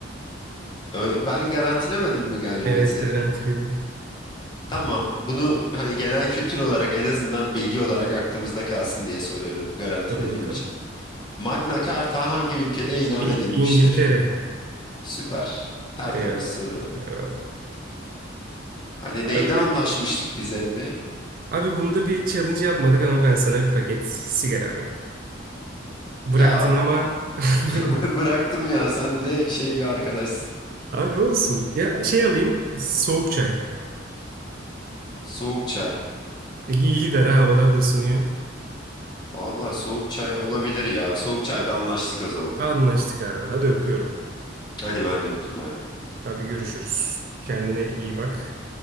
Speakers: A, on the left (about 25°); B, on the right (about 50°).
A: Ö- ben garantilemedim mi galibiyeti?
B: Evet garantiledim.
A: Tamam. Bunu hani genel kültür olarak en azından bilgi olarak aklımızda kalsın diye soruyorum garantilediğim
B: Dur bakalım.
A: için. Magna Carta hangi ülkede ilan
B: İ-
A: edilmiştir?
B: İngiltere.
A: Süper. Tertemiz
B: Eyvallah.
A: soru.
B: Eyvallah.
A: Hani
B: <laughs>
A: neyde
B: Abi,
A: anlaşmıştık biz emmi?
B: abi bunda bir challenge yapmadık ama ben sana bir paket sigara alayım. Bıraktın
A: Ya
B: ama <laughs>
A: <laughs> bı- bıraktım ya sen ne şey bir arkadaşsın.
B: abi olsun. Ya şey alayım soğuk çay.
A: Soğuk çay.
B: E, İyi gider ha havalar da ısınıyor.
A: Valla soğuk çay olabilir ya. Soğuk çayda anlaştık o zaman.
B: Anlaştık abi. Hadi öpüyorum.
A: Hadi ben de öptüm bay bay.
B: Abi görüşürüz. Kendine iyi bak.